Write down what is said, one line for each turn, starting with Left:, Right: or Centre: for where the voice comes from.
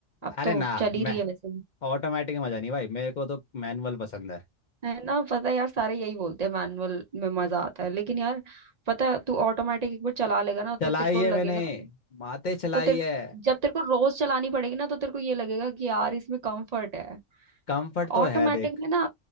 Right: अब
Left: अरे
Right: तो
Left: ना
Right: चल ही रही
Left: मैं
Right: है वैसे
Left: ऑटोमेटिक मजा नहीं भाई मेरे को तो मैनुअल पसंद है
Right: है ना पता है यार सारे यही बोलते हैं मैनुअल में मजा आता है लेकिन यार पता है तू ऑटोमेटिक एक बार चला लेगा ना
Left: चलाई
Right: तो तेरे को
Left: है
Right: लगेगा
Left: मैंने माते चलाई
Right: तो तेरे
Left: है
Right: को जब तेरे को रोज चलानी पड़ेगी ना तो तेरे को ये लगेगा कि यार इसमें कंफर्ट है
Left: कंफर्ट तो
Right: ऑटोमेटिक
Left: है देख
Right: में ना